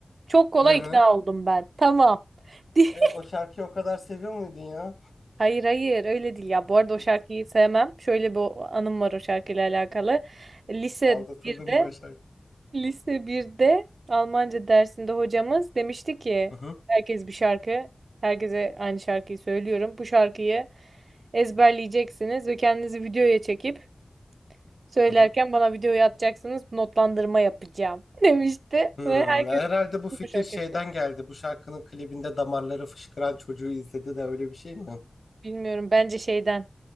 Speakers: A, on the right; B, on the left.
A: Çok kolay
B: Hı hı.
A: ikna oldum ben. Tamam. <laughs>
B: Evet o şarkıyı o kadar seviyor muydun ya?
A: Hayır hayır öyle değil ya. Bu arada o
B: Evet.
A: şarkıyı sevmem. Şöyle bir anım var o şarkıyla alakalı. Lise
B: Aldatıldım
A: birde.
B: bu şarkı.
A: Lise birde Almanca dersinde hocamız demişti ki
B: Hı hı.
A: herkes bir şarkı, herkese aynı şarkıyı söylüyorum. Bu şarkıyı ezberleyeceksiniz ve kendinizi videoya çekip söylerken
B: Hı hı.
A: bana videoyu atacaksınız. Notlandırma yapacağım <laughs> demişti
B: Hmm,
A: ve herkes
B: herhalde bu fikir
A: bu şarkı
B: şeyden
A: yapıyor.
B: geldi. Bu şarkının klibinde damarları fışkıran çocuğu izledi de öyle bir şey mi?
A: Bilmiyorum bence şeyden